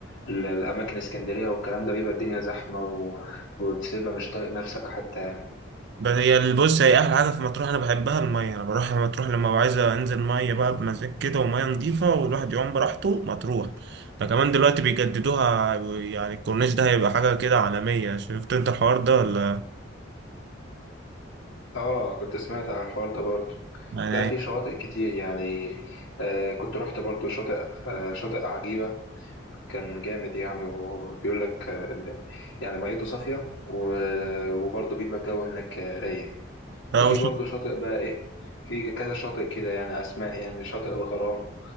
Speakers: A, on the left; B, on the right.
A: ال- الأماكن اسكندرية والكلام ده بيبقى الدنيا زحمة و... وتبقى مش طايق نفسك حتى يعني
B: بس هي ال- بص هي احلى حاجه في مطروح انا بحبها الميه انا بروح مطروح لما ببقى عايز انزل ميه بقى بمزاج كده وميه نظيفه والواحد يعوم براحته مطروح ده كمان دلوقتي بيجددوها يعني الكورنيش ده هيبقى حاجه كده عالميه شفت انت الحوار ده ولا
A: اه كنت سمعت عن الحوار ده برضو
B: يعني
A: ده في شواطئ كتير يعني آه كنت رحت برضو شاطئ آه شاطئ عجيبة كان جامد يعني وبيقول لك آه، يعني ميته صافية و... وبرضه بيبقى الجو هناك آه، رايق
B: اه
A: وفي
B: شفت
A: برضه شاطئ بقى ايه في كذا شاطئ كده يعني اسماء يعني شاطئ الغرام